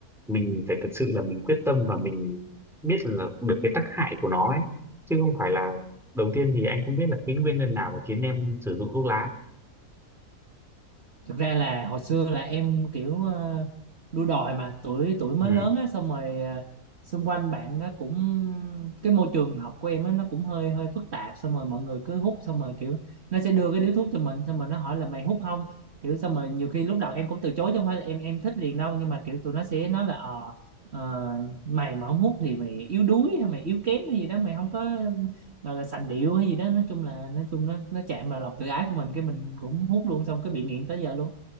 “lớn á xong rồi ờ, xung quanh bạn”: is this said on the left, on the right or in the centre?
Right